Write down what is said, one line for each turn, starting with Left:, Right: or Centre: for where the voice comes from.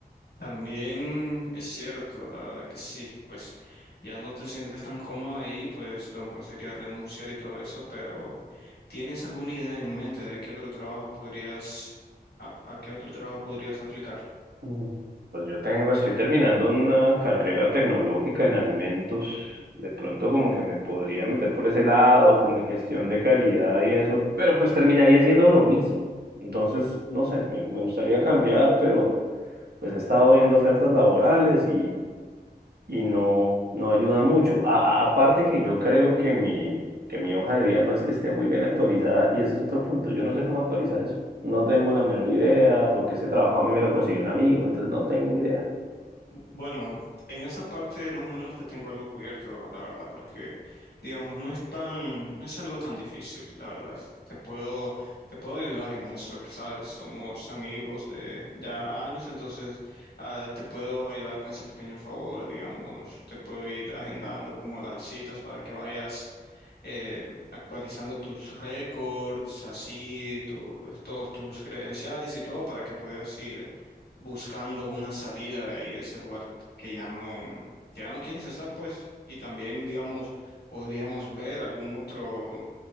Left: también es cierto, la verdad que sí, pues ya no te sientes tan cómoda ahí, pues lo mejor sería renunciar y todo eso, pero ¿tienes alguna idea en mente de qué otro trabajo podrías, a, a qué otro trabajo podrías aplicar?
Right: Mm, Pues yo tengo, estoy terminando una carrera tecnológica en alimentos. De pronto como que me podría meter por ese lado, como en gestión de calidad y eso, pero pues terminaría siendo lo mismo. Entonces, no sé, me, me gustaría cambiar, pero pues he estado viendo ofertas laborales y no, no ayuda mucho. A- a- aparte que yo creo que mi, que mi hoja de vida no es que esté muy bien actualizada y ese es otro punto. Yo no sé cómo actualizar eso. No tengo la menor idea porque ese trabajo a mí me lo consiguió un amigo, entonces no tengo idea.
Left: Bueno, en esa parte más o menos te tengo algo cubierto, la verdad, porque digamos, no es tan, no es algo tan difícil, la verdad. Te puedo, te puedo ayudar en eso, que sabes, somos amigos de ya años, entonces ah, te puedo ayudar con ese pequeño favor, digamos, te puedo ir agendando como las citas para que vayas eh, actualizando tus récords, así, tu- todos tus credenciales y todo para que puedas ir buscando una salida de ahí, de ese lugar que ya no, que ya no quieres estar, pues. Y también, digamos, podríamos ver algún otro,